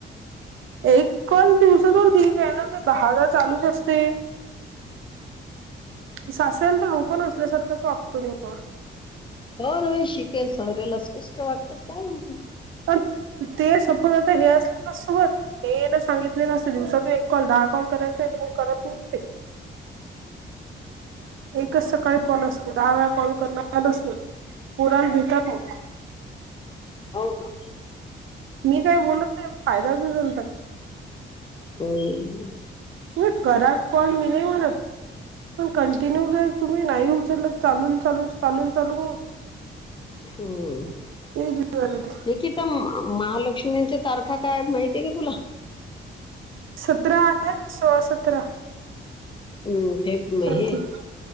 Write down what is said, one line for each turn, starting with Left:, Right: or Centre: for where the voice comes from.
Right: एक कॉल दिवसातून ठीक आहे ना की दहादा चालूच असते. ते सासऱ्याला तर डोक नसल्यासारखंच वागतो निव्वळ.
Left: हो ना बाई शिकेल सवरेल असं कसं काय वागतात काय माहिती.
Right: अ ते सपून आता हे असले ने माझं सोबत. हे तर सांगितले असत दिवसातून एक कॉल दहा कॉल करायचे नाही तर करत नाही ते. एक एकच सकाळी कॉल असतंय दहा वेळा कॉल करणारच नाही पोराला भितात मग.
Left: हो का?
Right: मी काही बोलत नाही फायदा उचलतात.
Left: हम्
Right: नाही करा कॉल मी नाही म्हणत पण कंटिन्यू जर तुम्ही नाही उचलंलत चालून चालून चालून चालून
Left: हम्म,
Right: ते जीवावर येते
Left: ऐकी आ महालक्ष्मीच्या तारखा काय माहितीय का तुला?
Right: सतरा आहे ना सोळा, सतरा
Left: म् फेब
Right: आय
Left: हे
Right: थिंक